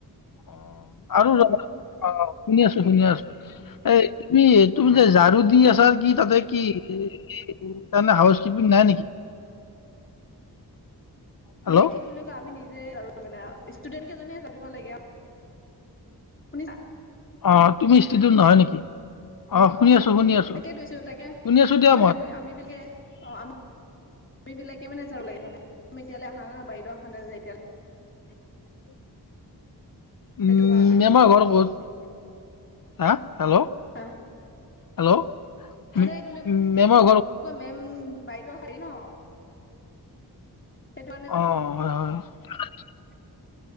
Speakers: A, on the left; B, on the left.
A: অ' আৰু জানা অ' শুনি আছো শুনি আছো এইমিডিয়েট তুমি যে ঝাৰু
B: অ
A: দি আছা কি তাতে কি তাত মানে হাউচকিপিং নাই নেকি? হেল্ল'
B: মানে কি বুলি কয় আমি নিজে আৰু মানে আও ষ্টুডেন্ট কেইজনীয়ে জানিব লাগে আও। শুনিছা?
A: অ', তুমি ষ্টিডউ নহয় নেকি? অ'। শুনি আছো শুনি আছো
B: তাকে কৈছো, তাকে।
A: শুনি আছো দিয়া
B: মই নে আমি আমি বিলিকে, অ', আমি আমি বিলাকে মানে চাব লাগে মানে। এতিয়ালৈ আহা বাইদেউ আহা নাই যে এতিয়ালৈ
A: <inaudible>
B: সেইটো
A: উম,
B: কাৰণে
A: আমাৰ ঘৰৰ বহুত, হা হেল্ল'
B: হা
A: হেল্ল'।
B: মানে
A: মে-
B: এইবিলাক,
A: মেমৰ ঘৰ
B: মেম বাইদেউ দেৰি ন। সেইটো কাৰানে মানে
A: অ হয়, হয়।